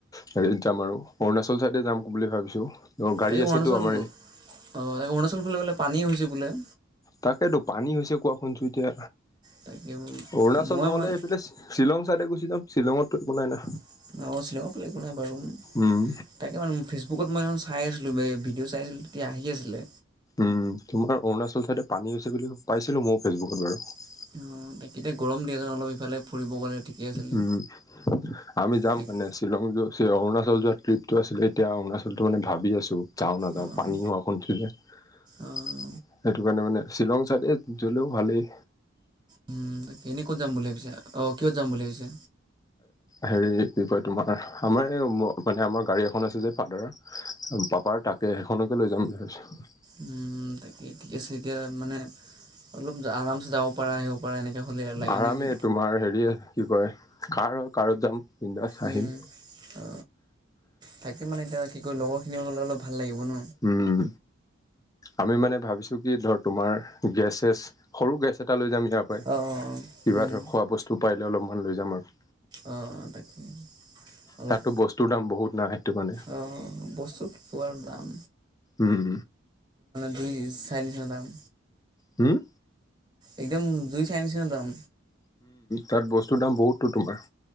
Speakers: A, on the left; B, on the right.
A: হেৰি যাম আৰু অৰুণাচল চাই তে যাম বুলি ভাবিছো। অ গাড়ী
B: তাকে অৰুণাচল
A: আছেতো আমাৰ
B: অ, তাকে অৰুণাচল ফালে বোলে পানী হৈছে বোলে।
A: তাকেইেতো পানী হৈছে কোৱা শুনছো এতিয়া
B: তাকে
A: অৰুণাচল
B: মই
A: নহলে
B: মানে
A: এইফালে শ্বিলং চাইডে শ্বিলঙ- শ্বিলঙততো বনাই না
B: অ, শ্বিলঙৰ ফ একো নাই বাৰু
A: উম
B: তাকে মানে ফেচবুকত মই আছো। খাই আছিলো বে ভিডিঅ' চাই আছিলো তেতিয়া আহি আছিলে।
A: উম, তোমাৰ অৰুণাচল চাইডে পানী হৈছে বুলি পাইছিলো মইো ফেচবুকত বাৰু।
B: অ, তাকেইতিয়া গৰম দিয়াচোন অলপ ইফালে। ফুৰিব গ'লে ঠিকেই আছিলে
A: উম, আমি যাম
B: তাকে
A: মানে শ্বিলং যোৰ শ্বিলঙ অৰুণাচল যোৱা ট্ৰিপটো আছিলে এতিয়া অৰুণাচলটো মানে ভাবি আছো যাও নাযাও
B: অঁ
A: পানী হোৱা শুনিছো যে।
B: অঁ
A: সেইটো কাৰণে মানে শ্বিলং চাইডে গলেও ভালেই।
B: উম, তাকে এনেই ক'ত যাম বুলি ভাবিছে অ, কিহত যাম বুলি ভাবিছে।
A: হেৰি কি কয় তোমাৰ আমাৰ এই মানে আমাৰ গাড়ী এখন আছে যে ফাদাৰ পাপাৰ তাক সেইখনকে লৈ যাম বুলি ভাবিছো।
B: উম, তাকে ঠিকে আছে এতিয়া মানে অলপ আৰামছে যাব পাৰা আহিব পাৰা এনেকৈ হ'লে আৰু লাগে
A: আৰামে
B: নেকি
A: তোমাৰ হেৰি কি কয় কাৰ - কাৰত যাম। বিন্দাছ আহিম
B: উম, অ, তাকে মানে এতিয়া কি কৰি লগৰ খিনিলে অলপ ভাল লাগিব ন।
A: উম আমি মানে ভাবিছো কি ধৰ তোমাৰ গেছ চেছ সৰু গেছ এটা লৈ যাম। তেকাই কিবা
B: অ', অ', অ'। উম,
A: ধৰ খোৱা বস্তু পাৰিলে অলপমান লৈ যাম আৰু।
B: অ, তাকে অলপ।
A: তাতো বস্তুৰ দাম বহুত না সেইটো কাৰণে
B: অ, বস্তু পোৰা দাম।
A: উম
B: দু চাৰি চাদাম
A: হম
B: একদম জুই চাইনিছিনাদম
A: তাত বস্তুৰ দাম বহুতো তোমাৰ।